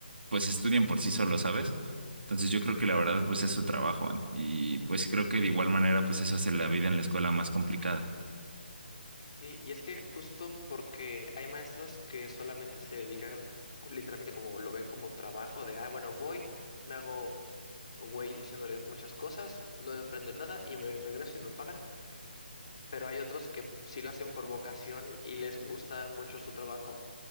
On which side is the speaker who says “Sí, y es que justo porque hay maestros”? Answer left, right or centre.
Left